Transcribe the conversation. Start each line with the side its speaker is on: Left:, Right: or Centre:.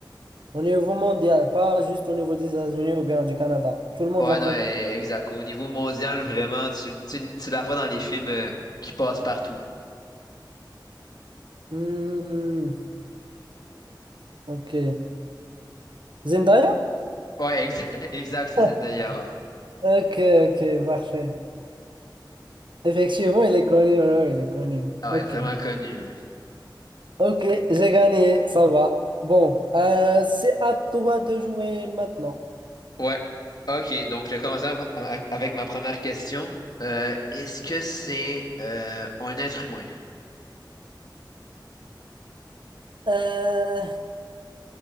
Right: Au niveau mondial, pas juste au niveau des États-Unis ou bien du Canada. Tout le monde
Left: Ouais,
Right: la connaît.
Left: non, euh, exact. Au niveau mondial, vraiment, tu, tu, tu la vois dans les films euh, qui passent partout.
Right: Hmm, hmm, hmm. Ok. Zendaya?
Left: Ouais, exact, <laughs> exact, c'est
Right: Ok,
Left: Zendaya, ouais.
Right: ok, parfait. Effectivement, il est connu, ouais, ouais, il est connu.
Left: Ah
Right: Ok,
Left: Ouais, vraiment connue, ouais.
Right: ok, j'ai gagné, ça va. Bon, euh, c'est à toi de jouer maintenant.
Left: Ouais. OK, donc je vais commencer av- av- avec ma première question. Euh, est-ce que c'est euh, un être humain?
Right: Euh,